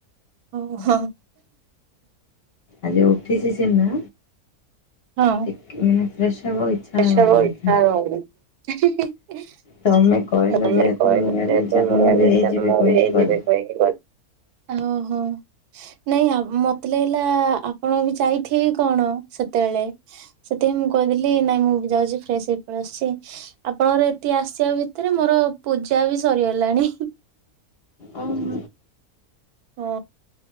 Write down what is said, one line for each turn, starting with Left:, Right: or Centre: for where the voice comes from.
Right: ଓ ହୋ।
Left: ଆଜି ଉଠିଛି ସିନା।
Right: ହଁ।
Left: ଟିକେ ମାନେ ଫ୍ରେଶ୍ ହେବାକୁ ଇଚ୍ଛା
Right: ଏ ସବୁ
Left: ହେଉନି
Right: ଆଉ ଇଚ୍ଛା ହି ହଉନି, ହେ ହେ ହେ।
Left: ତମେ କହିଲ
Right: କହିଲି <unintelligible>
Left: ଯେହେତୁ ମୁଁ କହିଲି ଚାଲ ମୁଁ ବି ହେଇଯିବି କହିକି ଗଲି
Right: ଓହୋ ନାଇଁ ଆ ମତେ ଲାଗିଲା ଆପଣ ବି ଯାଇଥିବେ କି କଣ ସେତେବେଳେ। ସେଥିପାଇଁ ମୁଁ କହିଦେଲି ନାଇଁ ମୁଁ ବି ଯାଉଛି ଫ୍ରେଶ ହେଇପଳେଇ ଆସୁଛି ଆପଣଙ୍କର ଏତିକ ଆସିବା ଭିତ ତରେ ମୋର ପୂଜା ବି ସରିଗଲାଣି।
Left: ଓହୋ।
Right: ଓ।